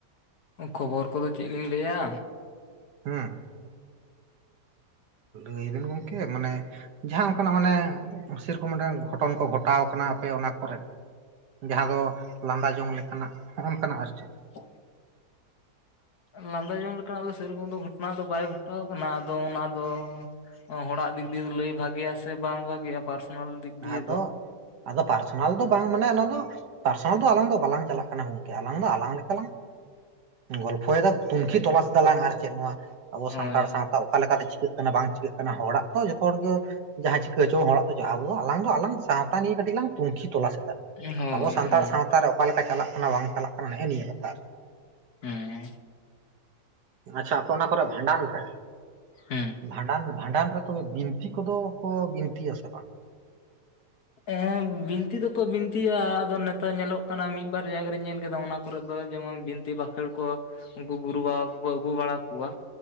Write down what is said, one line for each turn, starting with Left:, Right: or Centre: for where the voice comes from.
Left: ᱟᱨ ᱠᱷᱚᱵᱚᱨ ᱠᱚᱫᱚ ᱪᱮᱫ ᱞᱤᱧ ᱞᱮᱹᱭᱟ᱾
Right: ᱦᱩᱸ᱾ ᱞᱟᱹᱭᱵᱮᱱ ᱜᱚᱝᱠᱮ ᱢᱟᱱᱮᱼᱼ ᱡᱟᱦᱟᱸ ᱚᱱᱠᱟᱱᱟᱜ ᱢᱟᱱᱮ ᱥᱮᱨᱚᱠᱚᱢ ᱢᱤᱫᱴᱟᱝ ᱜᱷᱚᱴᱚᱱ ᱠᱚ ᱜᱷᱚᱴᱟᱣ ᱠᱟᱱᱟ ᱟᱯᱮ ᱚᱱᱟ ᱠᱚᱨᱮᱫ᱾ ᱡᱟᱦᱟᱸ ᱫᱚ ᱞᱟᱸᱫᱟ ᱡᱚᱝ ᱞᱮᱠᱟᱱᱟᱜ ᱦᱚᱜ ᱱᱚᱝᱠᱟᱱᱟᱜ ᱟᱨ ᱪᱮᱫ᱾
Left: <unintelligible> ᱞᱟᱸᱫᱟ ᱡᱚᱝ ᱞᱮᱠᱟᱱᱟᱜ ᱫᱚ ᱥᱮᱨᱚᱠᱚᱢ ᱫᱚ ᱜᱷᱚᱴᱚᱱᱟ ᱫᱚ ᱵᱟᱭ ᱜᱷᱚᱴᱟᱣ ᱠᱟᱱᱟ ᱟᱫᱚ ᱚᱱᱟ ᱫᱚ᱾ ᱦᱚᱲᱟᱜ ᱫᱤᱠ ᱫᱤᱭᱮ ᱞᱟᱹᱭ ᱵᱷᱟᱜᱮᱭᱟ ᱥᱮ ᱵᱟᱝ ᱵᱷᱟᱜᱮᱭᱟ᱾ ᱫᱤᱠ ᱫᱤᱭᱮ
Right: ᱟᱫᱚ
Left: ᱫᱚ
Right: ᱟᱫᱚ ᱯᱟᱨᱼᱼ ᱚᱱᱟ ᱫᱚ ᱵᱟᱝ ᱢᱟᱱᱮ ᱚᱱᱟ ᱫᱚ ᱯᱟᱨᱥᱚᱱᱟᱞ ᱫᱚ ᱟᱞᱟᱝ ᱫᱚ ᱵᱟᱞᱟᱝ ᱪᱟᱞᱟᱜ ᱠᱟᱱᱟ ᱜᱚᱝᱠᱮ ᱟᱞᱟᱝ ᱫᱚ ᱟᱞᱟᱝ ᱞᱮᱠᱟ ᱞᱟᱝ, ᱜᱚᱞᱯᱷᱚᱭᱮᱫᱟ ᱛᱩᱱᱠᱷᱤ ᱛᱚᱞᱟᱥ ᱫᱟᱞᱟᱝ ᱟᱨ ᱪᱮᱫ ᱱᱚᱣᱟ ᱟᱵᱚ
Left: ᱦᱳᱭ
Right: ᱥᱟᱱᱛᱟᱲ ᱥᱟᱶᱛᱟ ᱚᱠᱟᱞᱮ ᱞᱮᱠᱟᱛᱮ ᱪᱤᱠᱟᱹᱜ᱾ ᱵᱟᱝ ᱪᱤᱠᱟᱹᱜ ᱠᱟᱱᱟ ᱦᱚᱲᱟᱜ ᱛᱚ ᱡᱚᱛᱚ ᱦᱚᱲ ᱜᱮ ᱡᱟᱦᱟᱸ ᱪᱤᱠᱟᱹ ᱦᱚᱪᱚ ᱦᱚᱲᱟᱜ ᱫᱚ ᱟᱞᱟᱝ ᱫᱚ ᱟᱞᱟᱝ ᱥᱟᱶᱼᱼ ᱦᱟᱱᱟ ᱱᱤᱭᱟᱹ ᱠᱟᱹᱴᱤᱡ ᱞᱟᱝ ᱛᱩᱱᱠᱷᱤ ᱛᱚᱞᱟᱥ ᱮᱫᱟ
Left: ᱦᱳᱭ ᱦᱳᱭ
Right: ᱟᱵᱚ ᱥᱟᱱᱛᱟᱲ
Left: ᱦᱮᱸ
Right: ᱥᱟᱶᱛᱟ ᱨᱮ᱾ ᱚᱠᱟᱞᱮᱠᱟ ᱪᱟᱞᱟᱜ ᱠᱟᱱᱟ ᱵᱟᱝ ᱪᱟᱞᱟᱜ ᱠᱟᱱᱟ ᱱᱮᱜᱼᱮ ᱱᱤᱭᱟᱹ ᱠᱟᱛᱷᱟ ᱟᱨᱠᱤ᱾
Left: ᱦᱮᱸ
Right: ᱟᱪᱪᱷᱟ ᱟᱯᱮ ᱚᱱᱟ ᱠᱚᱨᱮ ᱵᱷᱟᱸᱰᱟᱱ ᱨᱮᱼᱼ
Left: ᱦᱩᱸ᱾
Right: ᱵᱷᱟᱸᱰᱟᱱ ᱵᱷᱟᱸᱰᱟᱱ ᱨᱮ ᱛᱚᱵᱮ ᱵᱤᱱᱛᱤ ᱠᱚᱫᱚ ᱠᱚ ᱵᱤᱱᱛᱤᱭᱟ ᱥᱮ ᱵᱟᱝ?
Left: ᱮᱸ ᱵᱤᱱᱛᱤᱤ ᱫᱚᱠᱚ ᱵᱤᱱᱛᱤᱤᱭᱟ ᱟᱫᱚᱱᱮᱼᱼ ᱛᱚ ᱧᱮᱞᱚᱜ ᱠᱟᱱᱟ ᱢᱤᱫ ᱵᱟᱨ ᱡᱟᱭᱜᱟ ᱨᱮ. ᱧ ᱧᱮᱞ ᱠᱮᱫᱟ ᱚᱱᱟ ᱠᱚᱨᱮ ᱫᱚ ᱡᱮᱢᱚᱱ ᱵᱤᱱᱛᱤ ᱵᱟᱠᱷᱮᱲ ᱠᱚ, ᱩᱱᱠᱩ ᱜᱩᱨᱩ ᱵᱟᱵᱟ ᱠᱚᱠᱚ ᱟᱹᱜᱩ ᱵᱟᱲᱟ ᱠᱚᱣᱟ